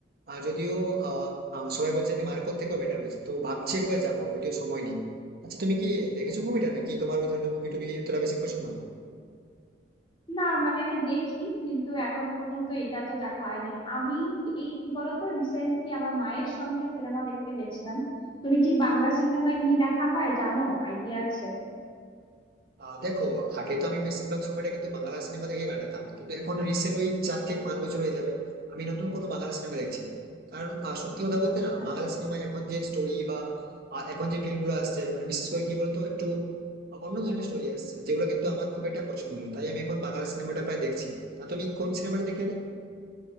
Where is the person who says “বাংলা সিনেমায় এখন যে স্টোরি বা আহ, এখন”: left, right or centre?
Right